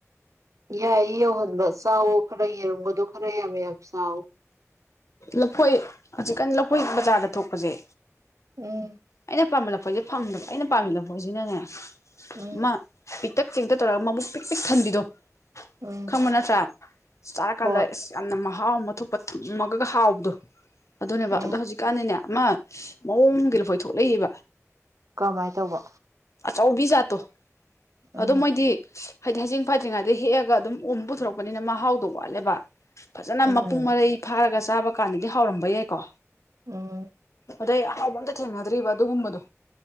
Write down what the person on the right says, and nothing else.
ꯌꯥꯏꯌꯦ ꯌꯧꯍꯟꯕ ꯆꯥꯎꯋꯣ ꯈꯔ ꯌꯦꯔꯨꯝꯒꯗꯣ ꯈꯔ ꯌꯥꯝ ꯌꯥꯝ ꯆꯥꯎ
ꯎꯝ
ꯎꯝ
ꯎꯝ
ꯍꯣꯏ
ꯎꯝ
ꯀꯃꯥꯏ ꯇꯧꯕ
ꯎꯝ
ꯎꯝ
ꯎꯝ